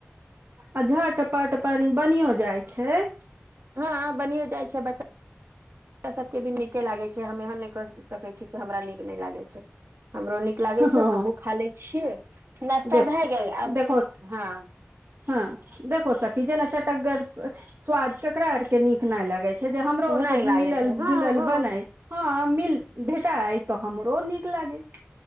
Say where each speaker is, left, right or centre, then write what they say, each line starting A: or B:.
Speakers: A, on the right (about 60°); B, on the right (about 80°).
A: आ झट पट अपन बनियो जाइ छै।
B: हँ बनियो जाइ छै बच्चा सबके भी नीके लागै छै हम एहन नइ कहि सकै छी कि हमरा नीक नइ लागै छै। हमरो नीक लागै
A: हँ
B: छै हमहुँ खा ले छियै नास्ता
A: देखो
B: भए गेल आब,
A: देखो
B: हँ
A: हँ देखु सखी जेना चटकगर स्वाद केकरा आर के नीक न लगै छै जे हमरो
B: नहि
A: आर के
B: लागैत
A: मिलल
B: हँ
A: जुलल
B: हँ
A: बनै। हँ मिल भेटाइ तऽ हमरो नीक लागै।